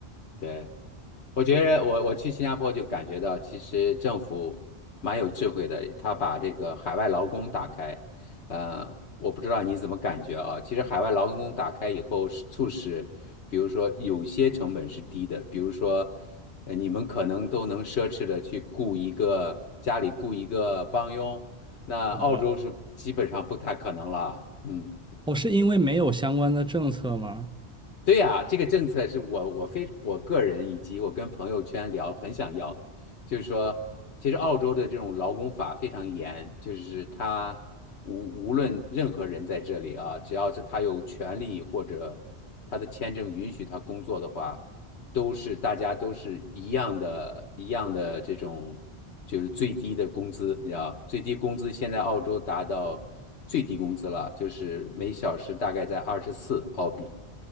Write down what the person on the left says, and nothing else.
对。我觉得我我去新加坡就感觉到，其实政府蛮有智慧的，他把这个海外劳工打开。呃，我不知道你怎么感觉啊？其实海外劳工打开以后，是促使，比如说有些成本是低的，比如说，呃，你们可能都能奢侈的去雇一个家里雇一个帮佣，那澳洲是基本上不太可能了。
嗯
对呀，这个政策是我我非我个人以及我跟朋友圈聊很想要的，就是说，其实澳洲的这种劳工法非常严，就是他无无论任何人在这里啊，只要是他有权利或者他的签证允许他工作的话，都是大家都是一样的，一样的这种就是最低的工资，你知道，最低工资现在澳洲达到最低工资了，就是每小时大概在二十四澳币。